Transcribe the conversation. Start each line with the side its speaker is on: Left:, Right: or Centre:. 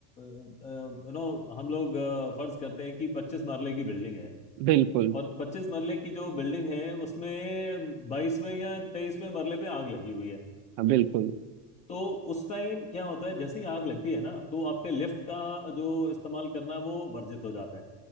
Left: यू नो हम लोग अ, फर्ज करते हैं कि पच्चीस मरले की बिल्डिंग है
Right: बिल्कुल
Left: और पच्चीस मरले की जो बिल्डिंग है उसमें बाईसवें या तेईसवें मरले पे आग लगी हुई है
Right: हाँ बिल्कुल
Left: तो उस टाइम क्या होता है जैसे ही आग लगती है ना तो आपके लिफ्ट का जो इस्तेमाल करना है, वो वर्जित हो जाता है